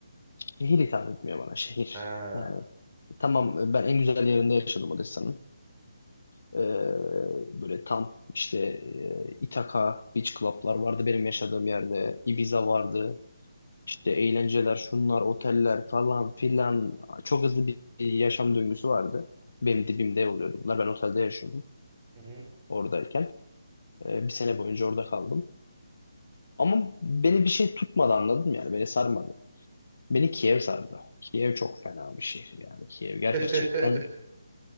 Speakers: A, on the left; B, on the right.
A: şehir hitap etmiyor bana şehir.
B: Ha.
A: Yani tamam ben en güzel yerinde yaşadım Odessa'nın. Ee, böyle tam işte e, Ithaca Beach Club'lar vardı benim yaşadığım yerde. Ibiza vardı. İşte eğlenceler, şunlar, oteller falan filan. Çok hızlı bir yaşam döngüsü vardı. Benim dibimde oluyordu bunlar. Ben otelde yaşıyordum
B: Hı hı.
A: oradayken. Ee, bir sene boyunca orada kaldım. Ama beni bir şey tutmadı anladın mı yani? Beni sarmadı. Beni Kiev sardı. Kiev çok fena bir şehir yani. Kiev gerçekten
B: <laughs>